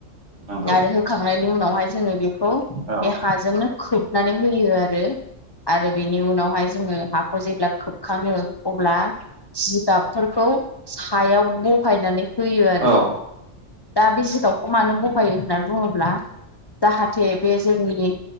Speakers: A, on the right; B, on the left.
A: नंगौ
B: आरो होखांनायनि उनावहाय जोङो बे खौ
A: औ
B: बे हाजोंनो खोबनानै होयो आरो। आरो बेनि उनावहाय जोङो हाखौ जेब्ला खोबखाङो अब्ला जिगाबफोरखौ, सायाव बहायनानै होयो आरो।
A: औ
B: दा बे जिगाबखौ मानो बहायो होननानै बुङोब्ला, जाहाथे बे जोंनि